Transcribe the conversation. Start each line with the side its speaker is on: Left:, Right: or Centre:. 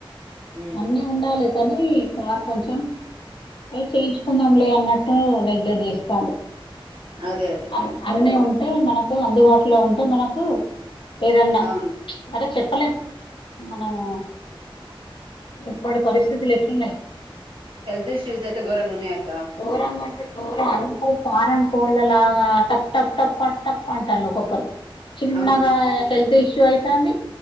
Right: ఉమ్
Left: అన్నీ ఉండాలె కానీ సార్ కొంచెం అదె చేయించుకుందాం లే అన్నట్టు నెగ్లెక్ట్ చేస్టాండు
Right: అదే అదే
Left: అన్ అన్నీ ఉంటే మనకు అందుబాటులో ఉంటే మనకు లేదన్నా
Right: అవును
Left: అరే చెప్పలేం మనము ఇప్పటి పరిస్థితులు ఎట్లున్నాయి
Right: హెల్త్ ఇషూస్స్ అయితే గోరంగున్నాయ్ అక్
Left: గోరంగన్టే గోర అందరూ ఫారన్ కోళ్ళలాగా టప్ టప్ టప్ టప టప అంటాన్ లు ఒక్కొక్కరు చిన్నగా
Right: అవును
Left: హెల్త్ ఇష్యూ అయితాంది